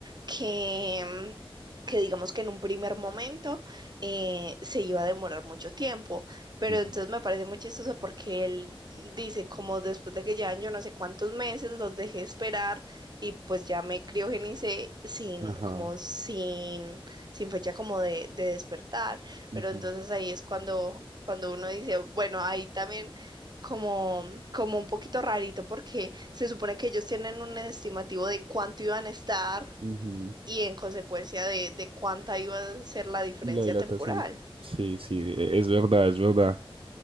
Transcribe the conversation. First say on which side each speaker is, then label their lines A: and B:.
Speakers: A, on the right (about 45°); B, on the right (about 70°).
A: que, que digamos que en un primer momento eh, se iba a demorar mucho tiempo. Pero
B: ujú,
A: entonces me parece muy chistoso porque él dice como después de que llevan yo no sé cuántos meses los dejé esperar y pues ya me criogenicé sin,
B: Ajá.
A: como sin sin fecha como de, de despertar,
B: ujú,
A: pero entonces ahí es cuando, cuando uno dice, bueno, ahí también como, como un poquito rarito porque se supone que ellos tienen un estimativo de cuánto iban a estar
B: ujú.
A: y en consecuencia de, de cuánta iba a ser la diferencia
B: Y La dilatación.
A: temporal.
B: Sí, sí, e- es verdad, es verdad.